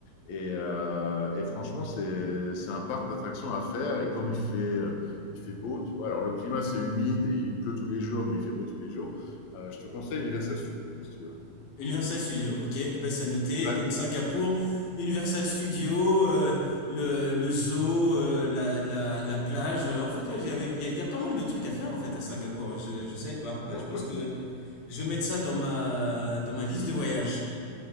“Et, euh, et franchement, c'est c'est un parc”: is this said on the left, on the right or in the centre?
Left